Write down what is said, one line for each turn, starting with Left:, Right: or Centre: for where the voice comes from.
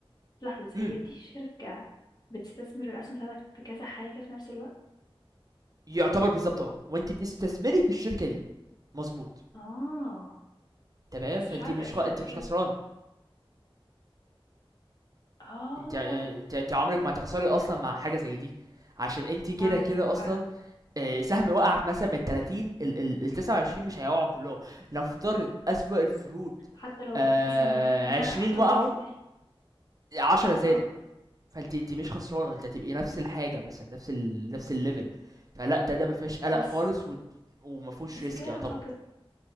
Left: لا خلاص
Right: إمم،
Left: هي دي شركة بتستثمر الأسهم بتاعتك في كذا حاجة في نفس الوقت
Right: يعتبر بالضبط آه، وأنتِ بتستثمري في الشركة دي، مضبوط،
Left: آه
Right: تمام،
Left: بس
Right: فأنتِ
Left: مش عارفة
Right: مش
Left: افرض
Right: خ أنتِ
Left: افرض
Right: مش خسرانة،
Left: آه
Right: أنتِ آآ أنتِ أنتِ عمرِك ما هتخسري أصلًا مع حاجة زي دي، عشان أنتِ كده،
Left: فاهمة
Right: كده
Left: فاهمة
Right: أصلًا آآ سهم وقع في مثلًا من ال30 ال ال ال29 مش هيقعوا كلهم، نفترض أسوأ الفروض
Left: حتى لو
Right: آآ
Left: الأسهم وقعت هنا
Right: 20
Left: أعتقد
Right: وقعوا،
Left: ال-
Right: 10 زادوا.
Left: آه
Right: فانت انت مش خسرانه انت هتبقي نفس الحاجه مثلا نفس ال... نفس الليفل فلا ده ده ما فيهاش قلق
Left: بس
Right: خالص و... وما فيهوش
Left: بس
Right: ريسك
Left: كده
Right: يعتبر
Left: أعتقد